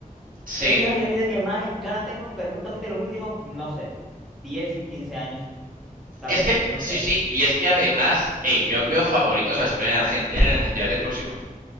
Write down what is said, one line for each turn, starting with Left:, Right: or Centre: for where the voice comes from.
Right: Sí,
Centre: Es la finalísima que más ganas tengo, perfectamente los últimos, no sé, 10, 15 años, tal
Right: Es
Centre: vez,
Right: que,
Centre: no
Right: sí,
Centre: sé.
Right: sí, y es que además, hey yo veo favoritos a España y Argentina en el Mundial del próximo.